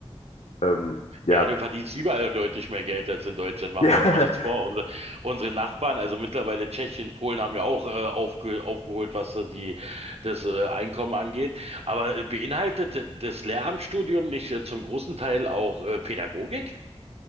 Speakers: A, on the left; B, on the right.
A: Ähm, ja.
B: Ja,
A: <laughs>
B: du verdienst überall deutlich mehr Geld als in Deutschland, machen
A: Ja,
B: wir uns mal nichts vor. Unsere, unsere Nachbarn, also mittlerweile Tschechien, Polen haben ja auch äh, aufge, aufgeholt, was äh, die, das äh, Einkommen angeht. Aber äh, beinhaltet das Lehramtsstudium nicht äh, zum großen Teil auch äh, Pädagogik?